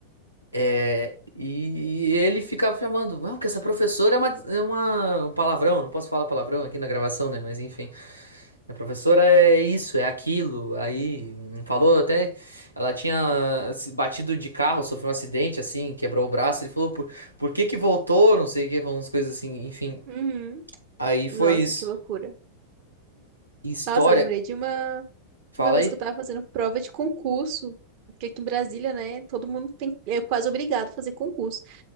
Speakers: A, on the right; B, on the right.
A: É, E ele ficava chamando, não, que essa professora é uma, é uma um palavrão, não posso falar palavrão aqui na gravação, né? Mas enfim, a professora é isso, é aquilo. Aí hum, falou até, ela tinha se batido de carro, sofreu um acidente, assim, quebrou o braço. Ele falou, por, por que que voltou? Não sei o que, umas coisas assim, enfim.
B: Uhum.
A: Aí foi
B: Nossa,
A: isso.
B: que loucura.
A: História,
B: Nossa, eu lembrei de uma
A: fala
B: de uma vez
A: aí?
B: que eu tava fazendo prova de concurso, porque aqui em Brasília, né, todo mundo tem é quase obrigado a fazer concurso.